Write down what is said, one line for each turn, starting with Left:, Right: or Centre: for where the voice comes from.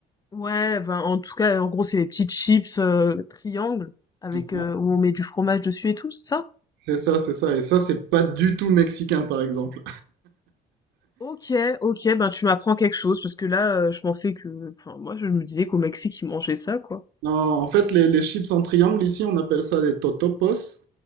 Left: ouais, ben, en tout cas, en gros, c'est les petites chips, heu, triangles avec,
Right: Ouais.
Left: heu, où on met du fromage dessus et tout, c'est ça?
Right: C'est ça, c'est ça. Et ça, c'est pas du tout mexicain, par exemple.
Left: OK, OK, ben, tu m'apprends quelque chose parce que là, heu, je pensais que enfin, moi, je me disais qu'au Mexique, ils mangeaient ça, quoi.
Right: Non, en fait, les, les chips en triangle, ici, on appelle ça des totopos.